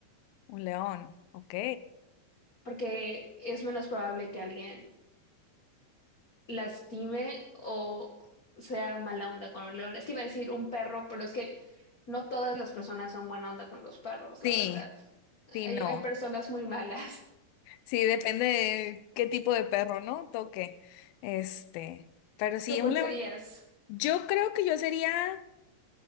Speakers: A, on the left (about 85°); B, on the left (about 40°).
A: Un león, ok.
B: porque es menos probable que alguien lastime o sea mala onda con un león. Es que iba a decir un perro, pero es que no todas las personas
A: Mm.
B: son buena onda con los perros, la
A: Sí,
B: verdad.
A: sí,
B: Hay,
A: no.
B: hay personas muy malas.
A: Sí, depende de qué tipo de perro, ¿no? Toque. Este, pero sí,
B: ¿Tú cuál
A: un
B: serías?
A: león. Yo creo que yo sería